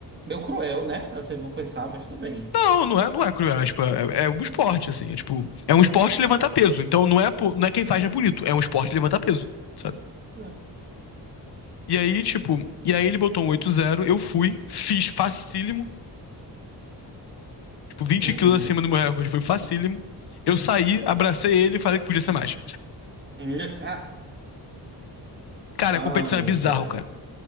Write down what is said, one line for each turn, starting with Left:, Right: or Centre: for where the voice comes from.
Right: Meio cruel, né? Vocês vão pensar, mas tudo bem.
Left: Não, não é, não é cruel. É, tipo, é, é um esporte, assim. É, tipo, é um esporte levantar peso. Então não é, po- não é quem faz é bonito. É um esporte levantar peso, sabe?
Right: É.
Left: E aí, tipo, e aí ele botou um 8-0, eu fui, fiz facílimo, Tipo, vinte
Right: Uhum.
Left: quilos acima do meu recorde. Foi facílimo. Eu saí, abracei ele e falei que podia ser mais.
Right: <laughs>
Left: Cara,
Right: Ai,
Left: a competição
Right: meu
Left: é bizarro,
Right: pai.
Left: cara.